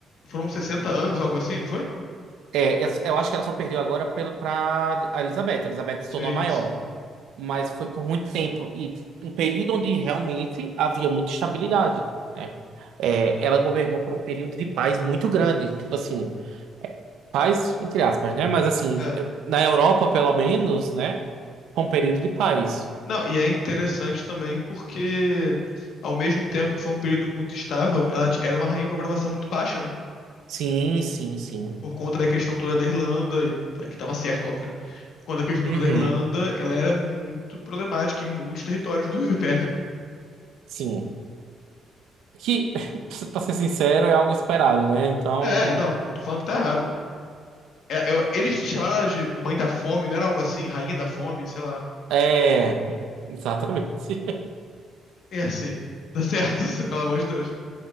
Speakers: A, on the left; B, on the right.
A: Foram 60 anos, algo assim, não foi?
B: é, essa- eu acho que ela só perdeu agora para a Elizabeth. A Elizabeth se
A: Sim,
B: tornou a maior,
A: sim.
B: mas foi por muito tempo e um período onde realmente havia muita estabilidade, né? É, ela governou por um período de paz muito grande, tipo assim, é, paz entre aspas, né? Mas assim,
A: É,
B: na Europa pelo menos, né? Com um período
A: sim.
B: de paz.
A: Não, e é interessante também porque, ao mesmo tempo que foi um período muito estável, ela ti- era uma rainha com aprovação muito baixa, né?
B: Sim, sim, sim.
A: por conta da questão toda da Irlanda, e- que estava certo, óbvio, né? Por conta da questão toda
B: Uhum,
A: da Irlanda, ela era muito problemática em muitos territórios do <laughs> Império.
B: sim. Que, <laughs> pra ser sincero, é algo esperado, né? Então,
A: É, não, não tô falando que tá errado. É, eu- eles chamaram ela de mãe da fome, não era algo assim, rainha da fome, sei lá.
B: é. <laughs> Exatamente.
A: É assim, tá certo, <laughs> pelo amor de Deus.